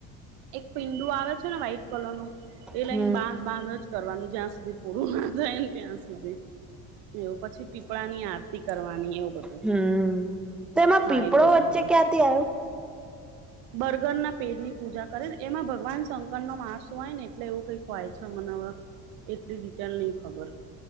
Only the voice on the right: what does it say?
એક પીંડું આવે છે ને વ્હાઈટ કલર નું એ
લઈને બાંધ બાંધ જ કરવાનું જ્યાં. સુધી પૂરું ના જાય ને ત્યાં સુધી એવ પછી પીપળાની આરતી કરવાની એવું. બધું
હા
એવું બધું
હા
બર્ગર ના પેડની પૂજા કરે ને એમાં ભગવાન શંકર નો માસું હોય ને એટલે એવું કઈક હોય છે. મને, એટલી ડિટેલ નહી ખબર.